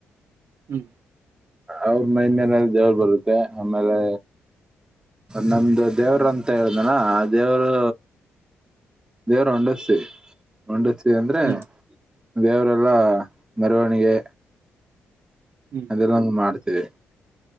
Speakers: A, on the right; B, on the right.
A: ಹ್ಮ್
B: ಅವ್ರ ಮೈ ಮೇಲೆಲ್ ದೇವರು ಬರುತ್ತೆ ಆಮೇಲೆ ನಮ್ದು ದೇವ್ರ ಅಂತ ಹೇಳ್ದನ ಆ ದೇವರು ದೇವರ ಒಂಡಸ ಒಂಡ ಅಂದ್ರೆ
A: ಹ್ಮ್
B: ದೇವರೆಲ್ಲ ಮರವಣಿಗೆ
A: ಹ್ಮ್
B: ಅದೆಲ್ಲ ಮಾಡ್ತೇವಿ